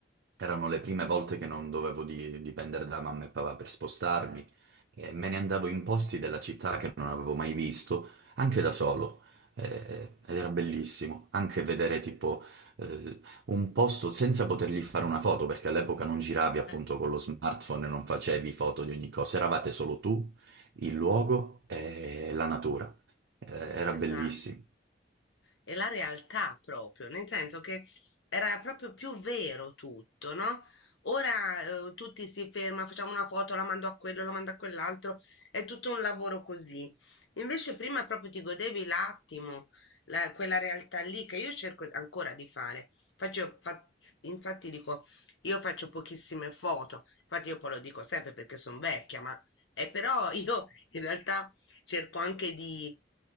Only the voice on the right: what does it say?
Erano le prime volte che non dovevo di- dipendere da mamma e papà per spostarmi
e me ne andavo in posti della città che non avevo mai visto, anche da solo. Eh, ed era bellissimo anche vedere tipo eh, un posto senza potergli fare una foto, perché all'epoca non giravi appunto
con lo smartphone, e non facevi foto di ogni cosa, eravate solo tu, il luogo e la natura. Eh, era
bellissimo.